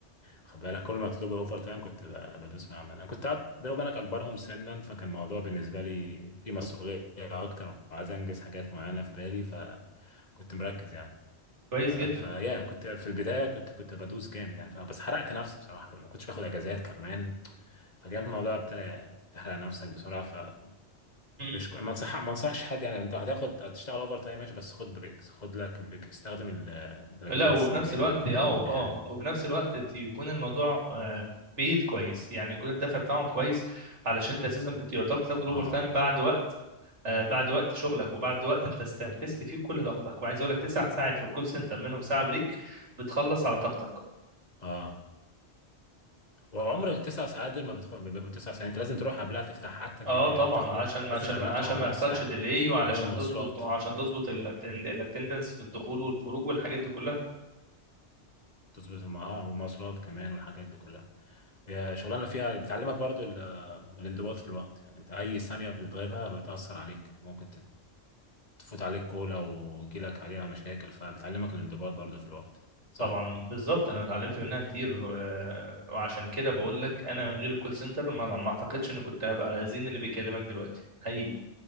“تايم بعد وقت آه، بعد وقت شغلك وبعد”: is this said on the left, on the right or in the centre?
Right